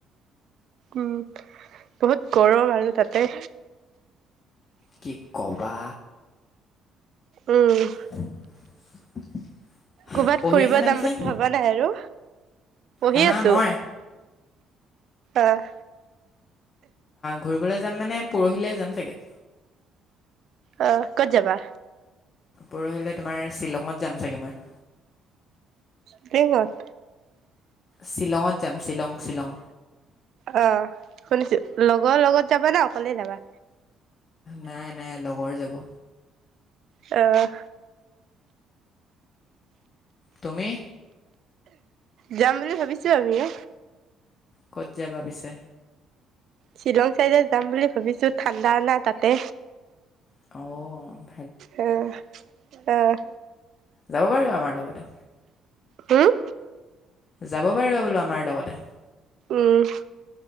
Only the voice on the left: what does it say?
কি ক'বা।
<inaudible>
পঢ়ি
আছানে
পিছে
হা হা
মই
ঘূৰিবলৈ যাম মানে পৰহিলৈ যাম চাগে।
পৰহিলৈ তোমাৰ শ্বিলঙত যাম চাগে মই।
শ্বিলঙত যাম শ্বিলং, শ্বিলং।
নাই, নাই লগৰ যাব।
তুমি?
ক'ত যাবা পিছে?
অ'।
যাব পাৰিবা আমাৰ লগতে।
যাব পাৰিবা বোলো আমাৰ লগতে।